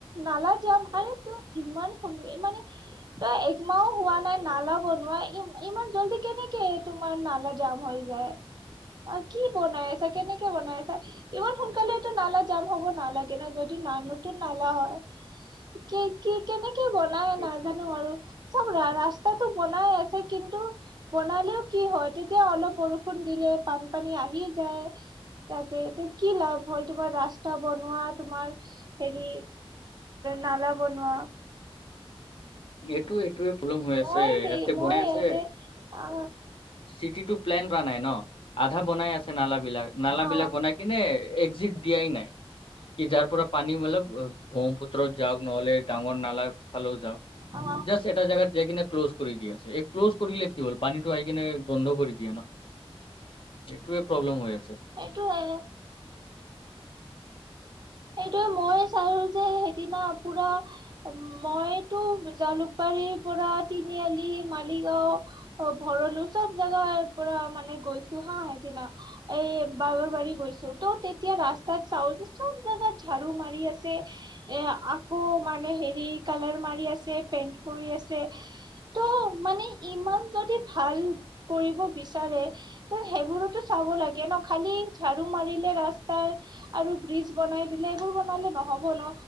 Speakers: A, on the right; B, on the left.
A: নালা যাম আৰে তোৰ ইমান সুন্দ্ৰৰ মানে তই একমাহও হোৱা নাই নালাব নোৱাৰা ই ইমান জল্দি কেনেকে তোমাৰ নালা জাম হৈ যায়। অ কি বনাই আছা কেনেকে বনাই আছা ইমান সোনকালেটো নালা যাম হ'ব নালাগে ন যদিও ন নতুন নালা হয় কি কি কেনেকে বনাই
B: এই-
A: নাজানো আৰু। চব ৰা ৰাস্তাতটো বনাই আছে কিন্তু বনালেও কি হয় তেতিয়া অলপ বৰষুণ দিলে। বানপানী আহি যায়। তাতে এয়া কি লাভ হ'ল তোমাৰ ৰাস্তা বনোৱা তোমাৰ হেৰি। নালা বনোৱা।
B: এইটো এইটো পলম হৈ
A: মই
B: আছে
A: দেই
B: ইয়াতে
A: মই
B: বনাই আছে।
A: ইয়াতে অ
B: চিটি প্লেন প নাই ন আধা বনাই আছে নালাবলাক নালাবিলাক
A: অ
B: বনাই কিনে একি। দিয়াই নাই।
A: <inaudible>
B: কি যাৰ পৰা পানী মতলব ব্ৰহ্মপুত্ৰত যাওক নহলে ডাঙৰ নালা ফালেও যাওক।
A: অ অ
B: জাষ্ট এটা জোগাত যাই কিনে ক্ল'জ কৰি দি আছে এই ক্ল'জ কৰিলে কি হল পানীটো আহাই কিনে বন্ধ কৰি দিয়ে ন। এইটো প্ৰব্লেম হৈ আছে।
A: এইটো আৰু সেইটোয়ে মই চালো যে সেইদিনা পুৰা মইতো জালুক বাৰি। পৰা তিনিআলি মালিগাওঁ ভৰলো চব জেগাৰ পৰা মানে। গৈছো হা সেইদিনা এই বাগৰ বাৰী গৈছো ত' তেতিয়া ৰাস্তাত চাউচোন। জাগাত ঝাডাৰু মাৰি আছে এ আকৌ মানে হেৰি কালাৰ মাৰি আছে পে কৰি আছে ত' মানে ইমান যদি ভাল কৰিব বিচাৰে। ত সেইবোৰোতো চাব লাগে ন খালি ঝাৰু মাৰিলে ৰাস্তাৰ আৰু ব্ৰিজ। বনাই দিলে এইবোৰ বনালে নহব ন